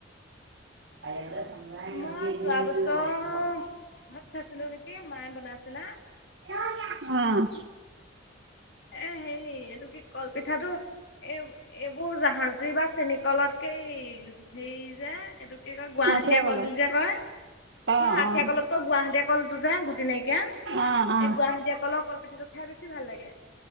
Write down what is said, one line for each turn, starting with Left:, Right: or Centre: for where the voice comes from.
Right: <unintelligible>
Left: মই যোৱা বছৰ ঘৰত খাইছিলো নেকি মায়ে বনাইছিলা
Right: আহ
Left: এ হে এইটো কি কলপিঠাতটো এ এইবোৰ জাহাজী বা চেনী কলতকেই হেৰি যে এইটো কি কয় গুৱাহাটীয়া
Right: আঠিয়া কলৰ
Left: কল বুলি যে কয়
Right: অ',
Left: নহয়
Right: অ'। অ',
Left: আঠিয়া
Right: অ'।
Left: কলত ক গুৱাহাটীয়া কলটো যে গুটি নাইকিয়া
Right: অ', অ'।
Left: এ গুৱাহাটীয়া কলৰ কলপিঠাটো খাই বেছি ভাল লাগে